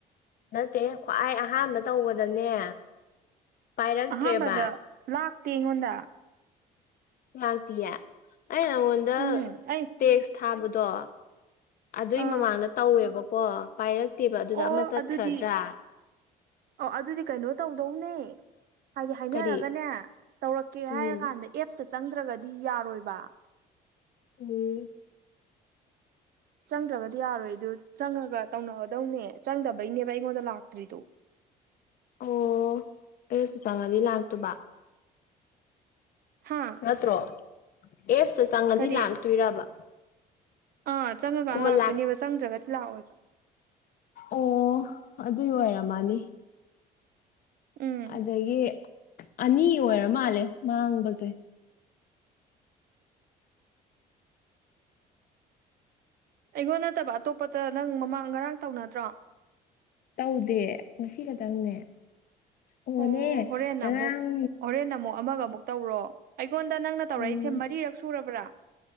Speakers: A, on the left (about 60°); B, on the right (about 65°).
A: ꯅꯠꯇꯦ ꯈ꯭ꯋꯥꯏ ꯑꯍꯥꯟꯕ ꯇꯧꯕꯗꯅꯦ ꯄꯥꯏꯔꯛꯇ꯭ꯔꯦꯕ
B: ꯑꯍꯥꯟꯕꯗ ꯂꯥꯛꯇ ꯑꯩꯉꯣꯟꯗ
A: ꯉꯥꯛꯇꯤꯌꯦ ꯑ ꯅꯉꯣꯟꯗ
B: ꯎꯝ ꯑꯩ
A: ꯇꯦꯛꯁ ꯊꯥꯕꯗꯣ ꯑꯗꯨꯏ
B: ꯑꯥ
A: ꯃꯃꯥꯡꯗ ꯇꯧꯋꯦꯕꯀꯣ ꯄꯥꯏꯔꯛꯇꯦꯕ ꯑꯗꯨꯗ
B: ꯑꯣ
A: ꯑꯃ ꯆꯠꯈ꯭ꯔꯗ꯭ꯔꯥ
B: ꯑꯗꯨꯗꯤ ꯑꯣ ꯑꯗꯨꯗꯤ ꯀꯩꯅꯣ ꯇꯧꯗꯧꯅꯦ ꯍꯥꯏꯗꯤ ꯍꯥꯏꯅꯔꯒꯅꯦ
A: ꯀꯔꯤ
B: ꯇꯧꯔꯛꯀꯦ
A: ꯎꯝ
B: ꯍꯥꯏꯔ ꯀꯥꯟꯗ ꯑꯦꯞꯁꯇ ꯆꯪꯗ꯭ꯔꯒꯗꯤ ꯌꯥꯔꯣꯏꯕ
A: ꯎ
B: ꯆꯪꯗ꯭ꯔꯕꯗꯤ ꯌꯥꯔꯣꯏ ꯑꯗꯨ ꯆꯪꯉꯒ ꯇꯧꯅꯒꯗꯧꯅꯦ ꯆꯪꯗꯕꯩꯅꯦꯕ ꯑꯩꯉꯣꯟꯗ ꯂꯥꯛꯇ꯭ꯔꯤꯗꯣ
A: ꯑꯣ ꯑꯩꯁꯨ ꯆꯪꯉꯗꯤ ꯂꯥꯛꯇꯕ
B: ꯍꯥ
A: ꯉꯠꯇ꯭ꯔꯣ ꯑꯦꯞꯁꯇ ꯆꯪꯉꯗꯤ
B: ꯀꯔꯤ
A: ꯂꯥꯛꯇꯣꯏꯔꯕ
B: ꯑꯥ ꯆꯪꯉꯀꯥꯟꯗ
A: ꯀꯣꯜ
B: ꯂꯥꯛꯇꯣꯏꯅꯦꯕ
A: ꯂꯥꯛ
B: ꯆꯪꯗ꯭ꯔꯒꯗꯤ ꯂꯥꯛꯑꯣꯦꯕ
A: ꯑꯣ ꯑꯗꯨ ꯑꯣꯏꯔ ꯃꯥꯅꯤ
B: ꯎꯝ
A: ꯑꯗꯒꯤ ꯑꯅꯤ ꯑꯣꯏꯔ ꯃꯥꯜꯂꯦ ꯃꯥꯡꯕꯁꯦ
B: ꯑꯩꯉꯣꯟ ꯅꯠꯇꯕ ꯑꯇꯣꯞꯄꯇ ꯅꯪ ꯃꯃꯥꯡ ꯉꯔꯥꯡ ꯇꯧꯅꯗ꯭ꯔꯣ
A: ꯇꯧꯗꯦ ꯉꯁꯤ ꯈꯛꯇꯪꯅꯦ ꯑꯣꯅꯦ
B: ꯑꯣ ꯍꯣꯔꯦꯟ
A: ꯉꯔꯥꯡ
B: ꯑꯃꯨꯛ ꯍꯣꯔꯦꯟ ꯑꯃꯨꯛ ꯑꯃꯒ ꯑꯃꯨꯛ ꯇꯧꯔꯣ ꯑꯩꯉꯣꯟꯗ ꯅꯪꯅ ꯇꯧꯔꯛꯏꯁꯦ
A: ꯎꯝ
B: ꯃꯔꯤꯔꯛ ꯁꯨꯔꯕ꯭ꯔꯥ